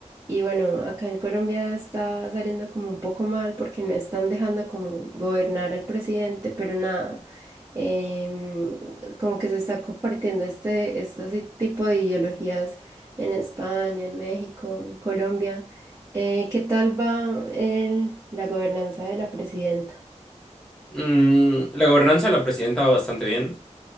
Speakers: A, on the right; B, in the centre.
A: y bueno, acá en Colombia está saliendo como un poco mal porque no están dejando como gobernar al presidente, pero nada, em, como que se está compartiendo este, este tipo de ideologías en España, en México, en Colombia. Eh, ¿qué tal va el, la gobernanza de la presidenta?
B: Mm, la gobernanza de la presidenta va bastante bien.